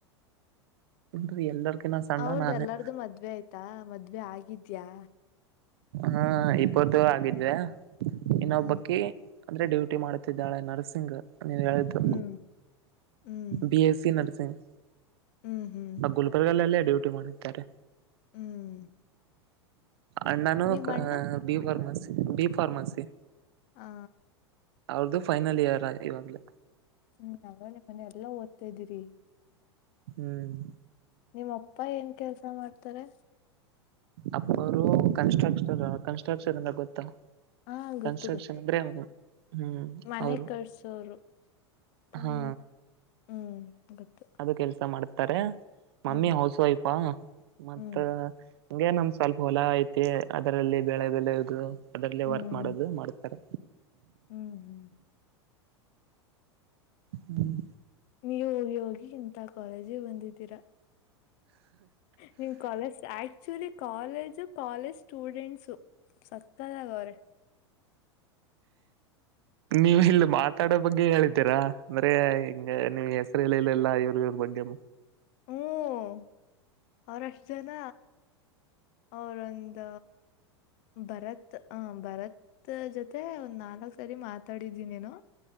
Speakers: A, on the right; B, on the left.
A: ಅಂದ್ರ ಎಲ್ಲರ್ಕಿನ್ನ ಸಣ್ಣ
B: ಅವ್ರ್ದ
A: ನಾನೇ
B: ಎಲ್ಲಾರ್ದು ಮದ್ವೆ ಆಯ್ತಾ ಮದ್ವೆ ಆಗಿದ್ಯಾ?
A: ಹಾ ಇಬ್ಬರ್ದು ಆಗಿದೆ ಇನ್ನೊಬ್ಬಕಿ
B: ಹ್ಮ್
A: ಅಂದ್ರೆ ಡ್ಯೂಟಿ ಮಾಡ್ತಿದ್ದಾಳೆ ನರ್ಸಿಂಗ್. ನೀ ಹೇಳಿದ್ದು
B: ಹ್ಮ್ ಹ್ಮ್
A: ಬಿ ಎಸ್ಸಿ ನರ್ಸಿಂಗ್
B: ಹ್ಮ್ ಹ್ಮ್.
A: ಆ ಗುಲ್ಬರ್ಗ ಅಲ್ಲೇ ಡೂಟಿ ಮಾಡಿದ್ದಾರೆ.
B: ಹ್ಮ್.
A: ಅಣ್ಣಾನು
B: ನಿಮ್ ಅಣ್ಣ
A: ಬಿ ಫಾರ್ಮಸಿ ಬಿ ಫಾರ್ಮಸಿ
B: ಹಾ.
A: ಅವ್ರದ್ದು ಫೈನಲ್ ಇಯರ್ ಇವಾಗ್ಲ.
B: ಹ್ಮ್ <unintelligible> ಮನೆ ಎಲ್ಲ ಓದ್ತಾ ಇದೀರಿ.
A: ಹ್ಮ್.
B: ನಿಮ್ಮ ಅಪ್ಪ ಏನ್ ಕೆಲ್ಸ ಮಾಡ್ತಾರೆ.
A: ಅಪ್ಪರು ಕನ್ಸ್ಟ್ರಕ್ಷರ್ ಕನ್ಸ್ಟ್ರಕ್ಷರ್ಂದ ಗೊತ್ತಾ
B: ಹಾ
A: ಕನ್ಸ್ಟ್ರಕ್ಷನ್
B: ಗೊತ್ತು ಗೊತ್ತು
A: ಅಂದ್ರೆ ಅವನು ಹ್ಮ್
B: ಮನೆ
A: ಅವರು.
B: ಕಟ್ಸೋರು ತಾನೆ
A: ಹಾ.
B: ಹ್ಮ್ ಗೊತ್ತು.
A: ಅದು ಕೆಲ್ಸ ಮಾಡ್ತಾರೆ ಮಮ್ಮಿ
B: ಹ್ಮ್
A: ಹೌಸ್ ವೈಫಾ ಮತ್ತ
B: ಹ್ಮ್
A: ಹಂಗೆ ನಮ್ ಸ್ವಲ್ಪ ಹೊಲ ಐತಿ ಅದರಲ್ಲಿ ಬೆಳೆ ಬೆಳೆಯದು ಅದರಲ್ಲ
B: ಹ್ಮ್
A: ವರ್ಕ್ ಮಾಡೋದು ಮಾಡ್ತಾರೆ.
B: ಹ್ಮ್ ಹ್ಮ್.
A: ಹ್ಮ್
B: ನೀವು ಹೋಗಿ ಹೋಗಿ ಇಂತ ಕಾಲೇಜಿಗೆ ಬಂದಿದ್ದೀರಾ. ನಿಮ್ college <unintelligible> actually college college students ಸಕ್ಕತ್ತಾಗ ಅವ್ರೆ
A: ನೀವು ಇಲ್ಲಿ ಮಾತಾಡೋ ಬಗ್ಗೆ ಹೇಳಿದ್ದೀರಾ ಅಂದ್ರೆ ಹಿಂಗ ನೀವ್ ಹೆಸರು ಇಳಲ <unintelligible> ಎಲ್ಲ ಇವ್ರು ಇವ್ರ ಬಗ್ಗೆ
B: ಹ್ಮ್ ಅವರಷ್ಟ ಜನ ಅವರೊಂದ ಭರತ್ ಆ ಭರತ್ ಜೊತೆ ಒಂದ್ ನಾಲ್ಕ್ ಸರಿ ಮಾತಾಡಿದಿ ಏನೋ